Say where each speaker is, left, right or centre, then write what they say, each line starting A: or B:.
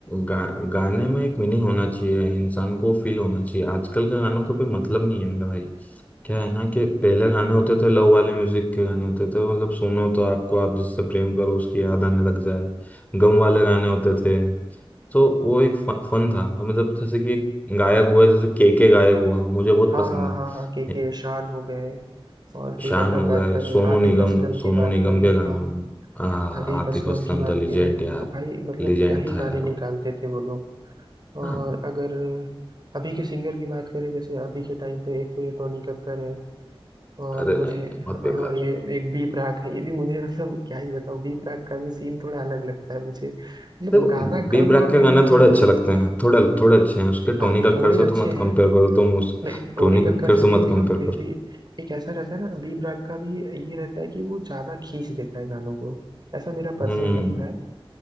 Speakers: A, on the left; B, on the right.
A: गा, गाने में एक मीनिंग होना चाहिए इंसान को फील होना चाहिए आजकल के गानों का कोई मतलब नहीं है मेरा भाई क्या है ना कि पहले गाने होते थे लव वाले म्यूजिक के गाने होते थे मतलब सुनो तो आपको आप जिससे प्रेम करो उसकी याद आने लग जाए गम वाले गाने होते थे तो वो एक फन था अब मतलब जैसे कि गायक हुआ जैसे के के गायक हुआ मुझे बहुत
B: हाँ
A: पसंद
B: हाँ हाँ हाँ के के
A: है
B: शान हो गए और फिर
A: शान
B: अगर
A: हो
B: बात
A: गए
B: करें
A: सोनू
B: आतिफ
A: निगम
B: असलम की
A: सोनू
B: बात
A: निगम
B: करें
A: के गाने
B: हाँ
A: हो गए आ,
B: आतिफ
A: आतिफ
B: असलम
A: असलम
B: की बात
A: था लिजेंड
B: करें
A: यार
B: तो भाई मतलब
A: लिजेंड
B: क्या ही
A: था
B: गाने
A: यार
B: निकालते
A: वो
B: थे वो लोग और
A: हाँ
B: अगर अभी के सिंगर की बात करें जैसे अभी के टाइम पे एक तो ये टोनी कक्कर है और
A: अरे
B: मुझे
A: नहीं नहीं
B: हाँ,
A: बहुत बेकार
B: और ये एक बी प्राक है ये भी मुझे <laughs> मतलब क्या ही बताऊं बी प्राक का भी सीन थोड़ा अलग लगता है मुझे मतलब
A: देखो
B: गाना
A: बी
B: कम
A: ब्रैक
B: और
A: के
B: वो
A: गाना
B: मतलब
A: थोड़े अच्छे लगते हैं थोड़े थोड़े अच्छे हैं उसके
B: हाँ
A: टोनी कक्कर
B: थोड़े
A: से
B: अच्छे
A: तो मत
B: हैं
A: कंपेयर करो तुम उस
B: नहीं टोनी
A: टोनी
B: कक्कर
A: कक्कर
B: से नहीं
A: से मत
B: मतलब
A: कंपेयर
B: फिर
A: करो
B: भी एक ऐसा रहता है ना बी प्राक का भी ये रहता है कि वो ज्यादा खींच देता है गानों को ऐसा मेरा पर्सनल
A: हम्म
B: लगता है